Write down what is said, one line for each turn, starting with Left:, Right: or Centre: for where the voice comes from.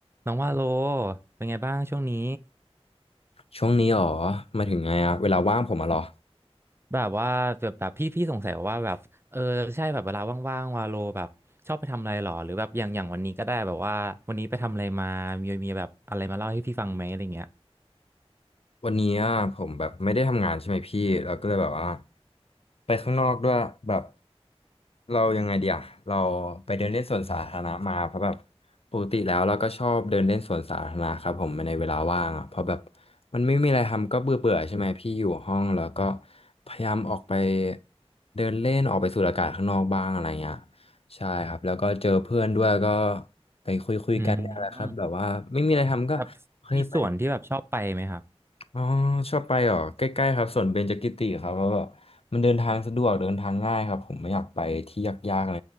Right: น้องว่าโลเป็นไงบ้างช่วงนี้
Left: ช่วงนี้หรอหมายถึงไงอะเวลาว่างผมอะเหรอ
Right: แบบว่าแบบแบบพี่พี่สงสัยว่าแบบเออใช่แบบเวลาว่างๆวาโลแบบชอบไปทำอะไรหรอหรือแบบอย่างอย่างวันนี้ก็ได้แบบว่าวันนี้ไปทำอะไรมามีมีแบบอะไรมาเล่าให้พี่ฟังไหมอะไรเงี้ย
Left: วันนี้อะผมแบบไม่ได้ทำงานใช่ไหมพี่เราก็เลยแบบว่าไปข้างนอกด้วยแบบเรายังไงเดียเราไปเดินเล่นสวนสาธารณะมาเพราะแบบปกติแล้วเราก็ชอบเดินเล่นสวนสาธารณะครับผมในเวลาว่างอ่ะเพราะแบบมันไม่มีอะไรทำก็เบื่อเบื่อใช่ไหมพี่อยู่ห้องแล้วก็พยายามออกไปเดินเล่นออกไปสูดอากาศข้างนอกบ้างอะไรเงี้ยใช่ครับแล้วก็เจอเพื่อนด้วยก็ไปคุยคุยกันเนี่ยแหละครับแบบว่าไม่มีอะไรทำก็เคยไป
Right: อืมแบบมีส่วนที่แบบชอบไปไหมครับ
Left: อ๋อชอบไปเหรอใกล้ๆครับสวนเบญจกิติครับเพราะแบบมันเดินทางสะดวกเดินทางง่ายครับผมไม่อยากไปที่ยากๆอะไร